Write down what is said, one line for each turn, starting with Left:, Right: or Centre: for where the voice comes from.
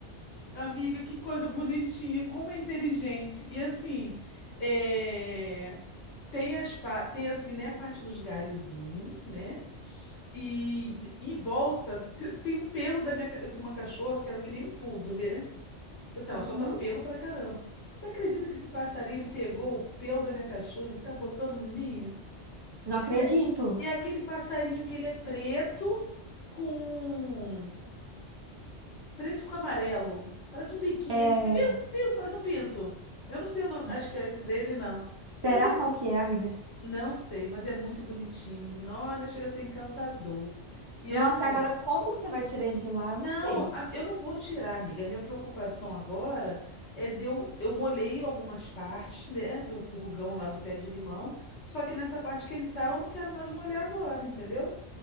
Left: Amiga, que coisa bonitinha, como é inteligente. E assim. É... Tem, as, pa- tem assim, né, a parte dos galhozinhos, né? E em volta te- tem um pelo da minha, ca- eu tenho uma cachorra que ela é que nem um poodle, né? Tipo assim, ela
Right: Uhum.
Left: solta pelo pra caramba. Você acredita que esse passarinho ele pegou o pelo da minha cachorra e tá botando no ninho?
Right: Não acredito.
Left: E é, e é aquele passarinho que ele é preto com preto com amarelo. Parece um biquinho,
Right: É...
Left: ele fica piu, piu, parece um pinto. Eu não sei o nome- a
Right: Ixi.
Left: espécie dele, não.
Right: Será
Left: Mas é
Right: qual que é, amiga?
Left: Não sei, mas é muito bonitinho, menino. Olha, chega a ser encantador. E
Right: Nossa,
Left: é assim,
Right: e agora como que você vai tirar ele de lá? Eu
Left: não,
Right: Não sei.
Left: a- eu não vou tirar, amiga. A minha preocupação agora é de eu, eu molhei algumas partes, né, do purgão lá do pé de limão, só que nessa parte que ele tá, eu não quero mais molhar agora, entendeu?